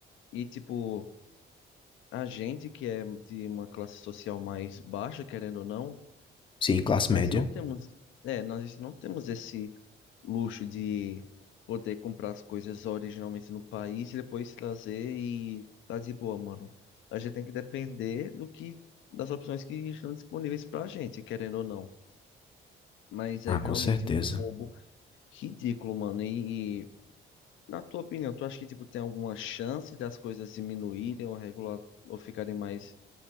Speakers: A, on the left (about 75°); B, on the left (about 25°).
A: E tipo, a gente que é de uma classe social mais baixa, querendo ou não,
B: Sim, classe
A: Nós
B: média.
A: não temos, é, nós não temos esse luxo de poder comprar as coisas originalmente no país e depois trazer e tá de boa, mano. A gente tem que depender do que das opções que estão disponíveis pra gente, querendo ou não. Mas
B: Ah,
A: é realmente
B: com certeza.
A: um roubo ridículo, mano. E, e, na tua opinião, tu acha que tipo tem alguma chance das coisas diminuírem ou regular ou ficarem mais